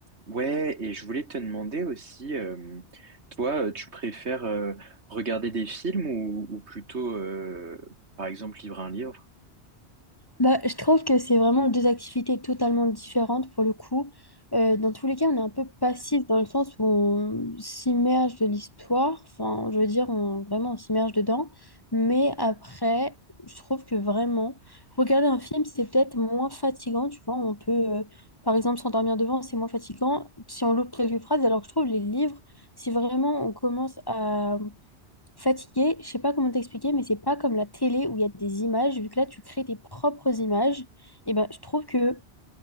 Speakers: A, on the right; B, on the left.
A: Ouais, et je voulais te demander aussi, euh, toi, euh, tu préfères euh, regarder des films ou, ou plutôt, euh, par exemple, lire un livre?
B: Bah, je trouve que c'est vraiment deux activités totalement différentes pour le coup. Euh, dans tous les cas, on est un peu passif dans le sens où on s'immerge de l'histoire. Enfin, je veux dire, on, vraiment, on s'immerge dedans. Mais après, je trouve que vraiment, regarder un film, c'est peut-être moins fatigant. Tu vois, on peut, euh, par exemple, s'endormir devant, c'est moins fatigant si on loupe quelques phrases. Alors que je trouve les livres, si vraiment on commence à Fatigué, je sais pas comment t'expliquer, mais c'est pas comme la télé où il y a des images. Vu que là, tu crées tes propres images, et ben, je trouve que